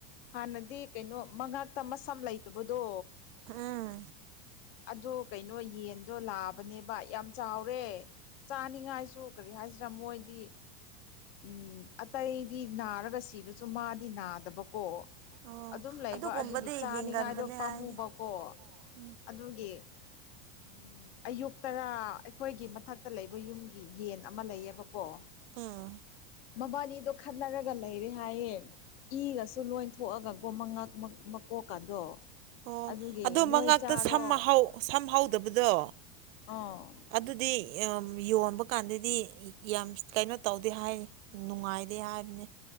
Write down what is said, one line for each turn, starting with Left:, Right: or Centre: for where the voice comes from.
Left: ꯍꯥꯟꯅꯗꯤ ꯀꯩꯅꯣ ꯃꯉꯥꯛꯇ ꯃꯁꯝ ꯂꯩꯇꯕꯗꯣ
Right: ꯑꯥ
Left: ꯑꯗꯣ ꯀꯩꯅꯣ ꯌꯦꯟꯗꯣ ꯂꯥ ꯅꯦꯕ ꯌꯥꯝ ꯆꯥꯎꯔꯦ ꯆꯥꯅꯤꯡꯉꯥꯏꯁꯨ ꯀꯔꯤ ꯍꯥꯏ ꯃꯣꯏꯗꯤ ꯎꯝ ꯑꯇꯩꯗꯤ ꯅꯥꯔꯒ ꯁꯤꯔꯁꯨ ꯃꯥꯗꯤ ꯅꯥꯗꯕꯀꯣ
Right: ꯑꯣ
Left: ꯑꯗꯨꯝ ꯂꯩ
Right: ꯑꯗꯨꯒꯨꯝꯕꯗꯤ
Left: ꯑꯗꯨꯒꯤ ꯆꯥꯅꯤꯉꯥꯏꯗꯣ
Right: ꯍꯤꯡꯒꯟꯕꯅꯦ
Left: ꯄꯥꯝꯃꯨꯕꯀꯣ
Right: ꯍꯥꯏꯅꯤ ꯎꯝ
Left: ꯑꯗꯨꯒꯤ ꯎꯝ ꯑꯌꯨꯛ ꯇꯔꯥ ꯑꯩꯈꯣꯏꯒꯤ ꯃꯊꯛꯇ ꯂꯩꯕ ꯌꯨꯝꯒꯤ ꯌꯦꯟ ꯑꯃ ꯂꯩꯌꯦꯕꯀꯣ
Right: ꯎꯝ
Left: ꯃꯕꯥꯅꯤꯗꯣ ꯈꯠꯅꯔꯒ ꯂꯩꯔꯦ ꯍꯥꯏꯌꯦ ꯏꯒꯁꯨ ꯂꯣꯏ ꯊꯣꯛꯑꯒꯀꯣ ꯃꯉꯛ ꯃꯀꯣꯛꯀꯗꯣ
Right: ꯑꯣ
Left: ꯑꯗꯨꯒꯤ
Right: ꯑꯗꯣ
Left: ꯅꯣꯏ
Right: ꯃꯉꯛꯇ
Left: ꯆꯥꯔꯣ
Right: ꯁꯝ ꯁꯝ ꯍꯥꯎꯗꯕꯗꯣ
Left: ꯑꯣ
Right: ꯑꯗꯨꯗꯤ ꯌꯣꯟꯕ ꯀꯥꯟꯗꯗꯤ ꯌꯥꯝ ꯀꯩꯅꯣ ꯇꯧꯗꯦ ꯍꯥꯏ ꯅꯨꯡꯉꯥꯏ ꯗꯦ ꯍꯥꯏꯕꯅꯦ